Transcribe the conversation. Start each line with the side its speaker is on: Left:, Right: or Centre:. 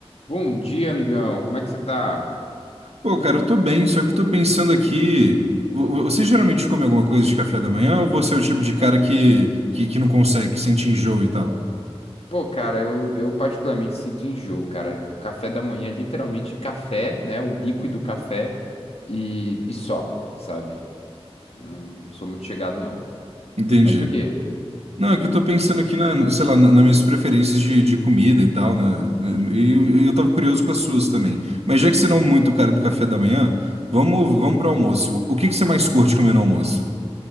Left: Bom dia, amigão. Como é que você tá?
Right: Pô, cara, eu tô bem, só que eu tô pensando aqui. vo- Você geralmente come alguma coisa de café da manhã ou você é o tipo de cara que, que, que não consegue, que sente enjoo e tal?
Left: Pô, cara, eu, eu particularmente sinto enjoo, cara. O café da manhã é literalmente café, né? O líquido café e, e só, sabe? Eu não, não sou muito chegado, não.
Right: Entendi.
Left: Mas o quê?
Right: Não, é que eu tô pensando aqui na, sei lá, na- nas minhas preferências de, de comida e tal, né? E eu, eu tava curioso com as suas também. Mas
Left: Hum,
Right: já que você não é muito o cara do café da manhã, vamos, vamos pro almoço. O que que você mais curte comer no almoço?